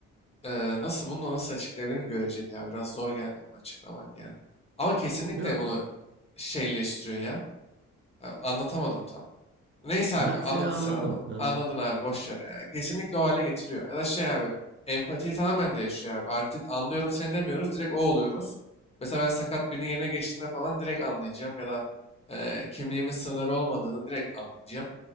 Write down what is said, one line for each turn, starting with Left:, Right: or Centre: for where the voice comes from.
Left: Ee, nasıl bunu da nasıl açıklayabilirim göreceli ya. Biraz zor geldi bunu açıklamak ya. Ama kesinlikle
Right: Ya
Left: bunu şeyleştiriyor ya. Ee, Anlatamadım tam. Neyse abi
Right: ben
Left: anladın
Right: seni anladım.
Left: sen anla-
Right: Ha.
Left: anladın abi boş ver ya. Kesinlikle o hale getiriyor. Ya da şey abi empatiyi tamamen değişiyor abi. Artık anlıyorum seni demiyoruz direkt o oluyoruz. Mesela ben sakat birinin yerine geçtiğinde falan direkt anlayacağım ya da e, kimliğimin sınırları olmadığını direkt anlayacağım.